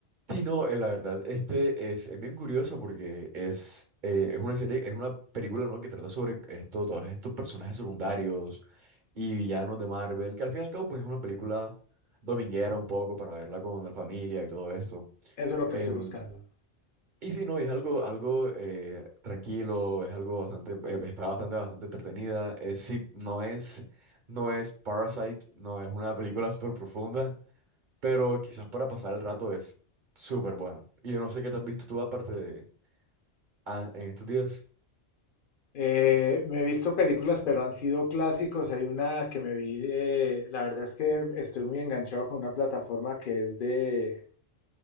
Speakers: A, on the right; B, on the left.
A: Sí, no, eh, la verdad, este es, es bien curioso porque es, eh, es una serie, es una película, ¿no? que trata sobre esto, todos estos personajes secundarios y villanos de Marvel, que al fin y al cabo, pues es una película dominguera un poco para verla con la familia y todo esto.
B: Eso es lo
A: Em,
B: que estoy buscando.
A: y sí, no, es algo, algo eh, tranquilo, es algo bastante, eh, está bastante, bastante entretenida. eh, sí, no es, no es Parasite, no es una película <laughs> súper profunda, pero quizás para pasar el rato es súper bueno. Y yo no sé qué te has visto tú aparte de ah, en estos días.
B: Eh, me he visto películas, pero han sido clásicos. Hay una que me vi de, la verdad es que estoy muy enganchado con una plataforma que es de,